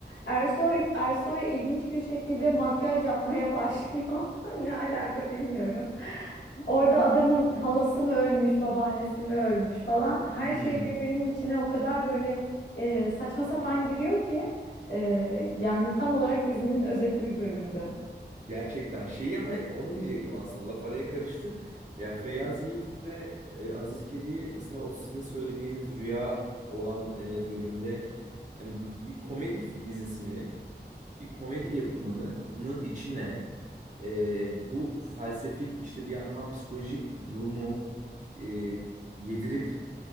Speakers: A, on the left; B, on the right.
A: Ersoy Ersoy ilginç bir şekilde makyaj yapmaya başlıyor. <laughs> Ne alaka bilmiyorum. Orada adamın halası mı ölmüş, babaannesi mi ölmüş falan. Her
B: Hmm.
A: şey birbirinin içine o kadar böyle e, saçma sapan giriyor ki e, yani tam olarak dizinin özeti bir bölümdü.
B: Gerçekten şeyi ama onu diyecektim aslında laf araya karıştı. Ya Feyyaz Yiğit ve e, Aziz Kedi'yi mesela o sizin söylediğiniz rüya olan e, bölümde hani b- bir komedi f- dizisini bir komedi yapımının içine e, bu felsefik işte bir yandan psikolojik durumu e, yedirip